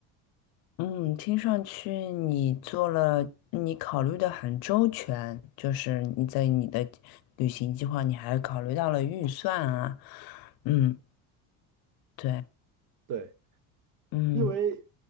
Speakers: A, on the left; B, on the right.
A: 嗯，听上去你做了，你考虑的很周全，就是你在你的旅行计划，你还考虑到了预算啊，嗯，对，
B: 对，
A: 嗯
B: 因为